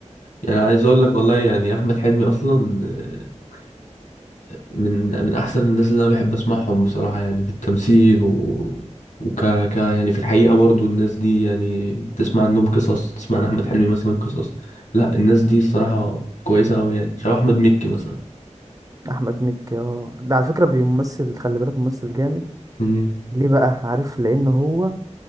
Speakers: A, on the left; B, on the right.
A: يعني عايز اقول لك والله يعني احمد حلمي اصلا آه، من من احسن الناس اللي انا بحب اسمعهم بصراحه يعني في التمثيل و وك ك يعني في الحقيقه برضو الناس دي يعني بتسمع عنهم قصص تسمع عن احمد حلمي مثلا قصص لا الناس دي الصراحه كويسه قوي يعني شبه احمد مكي مثلا
B: فأحمد مكي آه، ده على فكرة بيمثل خلي بالك ممثل جامد
A: مم.
B: ليه بقى عارف لأن هو